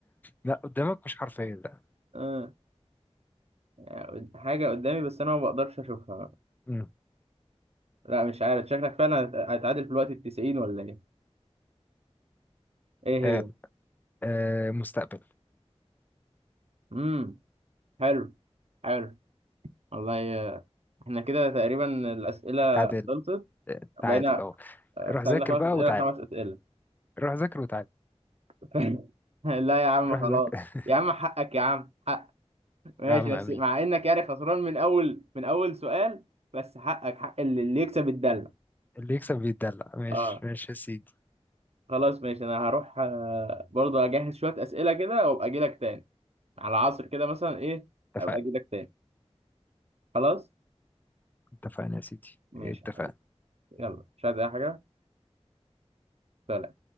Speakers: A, on the left (about 15°); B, on the right (about 65°).
A: لا قدامك مش حرفيا لا
B: آه. يعني حاجة قدامي بس أنا ما بقدرش أشوفها
A: مم.
B: لا مش عارف شكلك فعلا هت- هتعادل في الوقت التسعين ولا إيه؟ إيه هي؟
A: تعال أه مستقبل
B: مم حلو حلو والله ي- إحنا كده تقريبا الأسئلة
A: تعادل
B: خلصت
A: آه، تعادل
B: بقينا
A: اه
B: آه،
A: روح
B: سألنا
A: ذاكر
B: خمس
A: بقى
B: أسئلة
A: وتعال
B: خمس أسئلة
A: روح ذاكر وتعال
B: <laughs> لا يا عم
A: روح
B: خلاص
A: ذاكر
B: يا عم حقك يا عم حق ماشي
A: <laughs> يا عم امين
B: بس مع إنك يعني خسران من أول من أول سؤال بس حقك حق اللي اللي يكسب الدلة
A: اللي يكسب بيتدلع ماشي
B: أه
A: ماشي يا سيدي
B: خلاص ماشي أنا هروح برضه اجهز شويه اسئله كده وابقى اجي لك تاني على العصر كده مثلا ايه
A: اتفقنا
B: ابقى اجي لك تاني خلاص
A: اتفقنا يا سيدي
B: ماشي
A: اتفقنا
B: يا حبيبي. يلا مش عايز اي حاجه سلام.